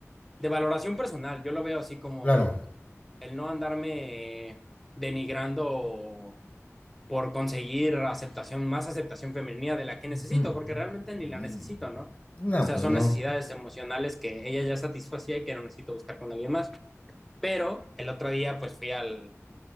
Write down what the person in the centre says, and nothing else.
de valoración personal. Yo lo veo así como
el no andarme denigrando por conseguir aceptación, más aceptación femenina de la que necesito,
porque realmente
ni la necesito, ¿no? O
sea,
son
necesidades emocionales que ella ya satisfacía y que no necesito buscar con alguien más. Pero el otro día, pues fui al,